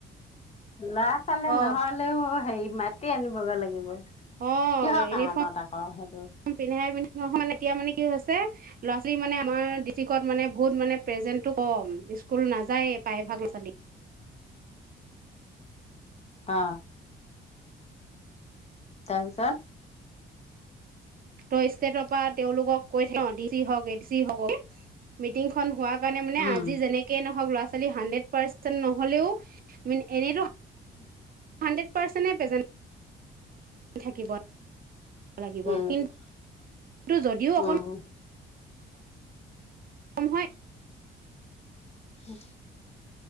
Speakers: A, on the left (about 30°); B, on the right (about 45°).
A: ল'ৰা ছোৱালী
B: অ'।
A: নহলেও হেৰি। মাতি আনিবগে লাগিব।
B: অ
A: কিহৰ
B: ইউনিফৰ্ম
A: কাৰণত আকৌ সেইটো
B: পিন্ধাই পিন্ধ এতিয়া মানে কি হৈছে ল'ৰা ছোৱালী মানে আমাৰ ডিষ্ট্ৰিকত মানে বহুত মানে প্ৰেজেন্টটো কম স্কুল নাযায়ে প্ৰায়ভাগ ল'ৰা ছোৱালী।
A: অ। তাৰপিছত।
B: তই ষ্টেটৰ পৰা তেওঁলোকক কৈ থাক অ ডিচি হওক এডিচি হ‌ওক মিটিংখন হোৱা। কাৰণে মানে
A: উম
B: আজি যেনেকে নহওক লৰা ছোৱালী হানড্ৰেড পাৰ্চেন্ট নহলেও ম এনেতো।
A: উম।
B: হান্ডতপাৰ্চেন্তয়ে প্ৰেছেণ্ট। থাকিব। লাগিব
A: উম
B: কিন্তু যদিও অকণমান
A: উম
B: কম হয়।
A: হুম